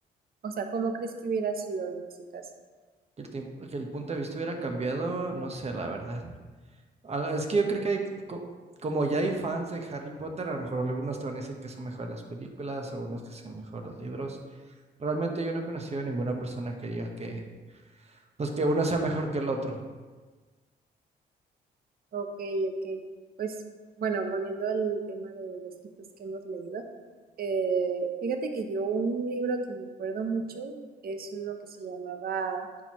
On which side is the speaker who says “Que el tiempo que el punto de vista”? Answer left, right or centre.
Right